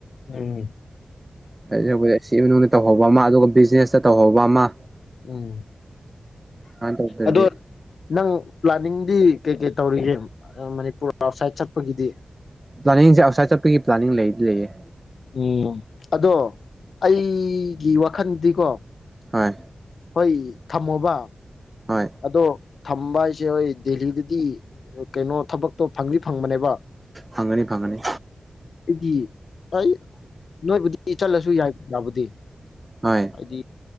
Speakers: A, on the left; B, on the right.
A: ꯎꯝ
B: ꯍꯥꯏꯗꯤ ꯁꯤ ꯃꯅꯨꯡꯗ ꯇꯧꯍꯧꯕ ꯑꯃ ꯑꯗꯨꯒ ꯕꯤꯖꯤꯅꯦꯁꯇ ꯇꯨ ꯍꯧꯕ ꯑꯃ
A: ꯎꯝ
B: ꯁꯨꯃꯥꯏꯅ ꯇꯧꯗ꯭ꯔꯗꯤ
A: ꯑꯗꯣ ꯅꯪ ꯄ꯭ꯂꯥꯅꯤꯡꯗꯤ ꯀꯩ ꯀꯩ ꯇꯧꯔꯤꯒꯦ ꯃꯅꯤꯄꯨꯔ ꯑꯥꯎꯠꯁꯥꯏꯠ ꯆꯠꯄꯒꯤꯗꯤ
B: ꯄ꯭ꯂꯥꯅꯤꯡꯁꯦ ꯑꯥꯎꯠꯁꯥꯏꯠ ꯆꯠꯄꯒꯤ ꯄ꯭ꯂꯥꯅꯤꯡ ꯂꯩꯗꯤ ꯂꯩꯌꯦꯦ
A: ꯎꯝ ꯑꯗꯣ ꯑꯩꯒꯤ ꯋꯥꯈꯜꯗꯤꯀꯣ
B: ꯍꯣꯏ
A: ꯑꯩꯏ ꯊꯝꯃꯣꯕ
B: ꯍꯣꯏ
A: ꯑꯗꯣ ꯊꯝꯕ ꯍꯥꯏꯁꯦ ꯍꯣꯏ ꯗꯦꯜꯂꯤꯗꯗꯤ ꯀꯩꯅꯣ ꯊꯕꯛꯇꯣ ꯐꯪꯕꯤ ꯐꯪꯕꯅꯦꯕ
B: ꯐꯪꯒꯅꯤ ꯐꯪꯒꯅꯤ
A: ꯑꯩꯗꯤ ꯑꯩ ꯅꯣꯏꯕꯨꯗꯤ ꯆꯠꯂꯁꯨ ꯌꯥꯏ ꯌꯥꯕꯨꯗꯤ
B: ꯍꯣꯏ
A: ꯍꯥꯏꯗꯤ